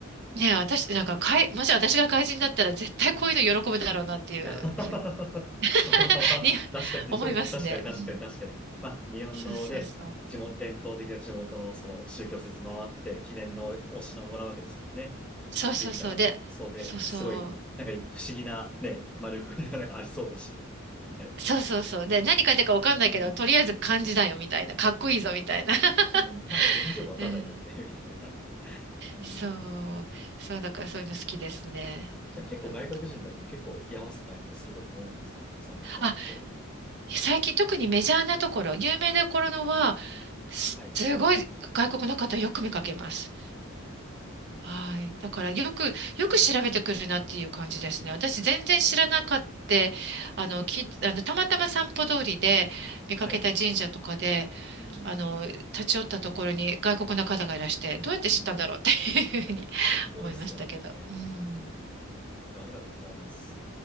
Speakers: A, on the right; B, in the centre.
A: ねえ、私、なんか、かい、もし私が怪人だったら絶対こういうの喜ぶだろうなっていうふうに
B: <laughs> まあまあまあ、
A: <laughs>
B: 確かに、
A: 思いますね。
B: 確かに、確かに、
A: うん
B: 確かに。まあ、日本のね、
A: そうそうそう。
B: 地元、伝統的な地元のその宗教施設回って、記念のお品をもらうわけですもんね。
A: そうそうそう。
B: 行ってみたら、
A: で、
B: そうで、
A: そうそう。
B: すごい、なんか不思議なね、丸くみたいなのがありそうだし、みたいな。
A: そうそうそう。で、何書いてるかわかんないけど、
B: うん、
A: とりあえず漢字だよみたいな。かっこいいぞみたいな。<laughs>
B: うん。まあまあ、日本人もわかんないけどね、
A: うん。
B: <laughs> みたいな。うん。
A: そう。そう、だからそういうの好きですね。
B: じゃあ結構外国人だけど結構居合わせたりとかすることも多いんですかその行った先で。
A: うん。あ、最近特にメジャーなところ、有名なところのは、すすごい外国の方よく見かけます。
B: はい。えー
A: はい。だからよく、よく調べてくるなっていう感じですね。私全然知らなかった。あの、き、あの、たまたま散歩通りで見かけた神社とかで、
B: はい。うん
A: あの、立ち寄ったところに外国の方がいらして、どうやって知ったんだろうっていうふうに思いましたけど。
B: うん。いや、本当ですよね。
A: うん。
B: うん。ありがとうございます。